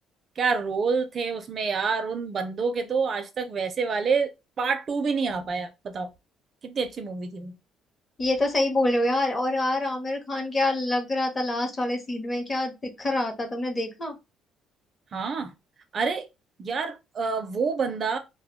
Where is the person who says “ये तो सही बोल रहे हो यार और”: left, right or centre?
Left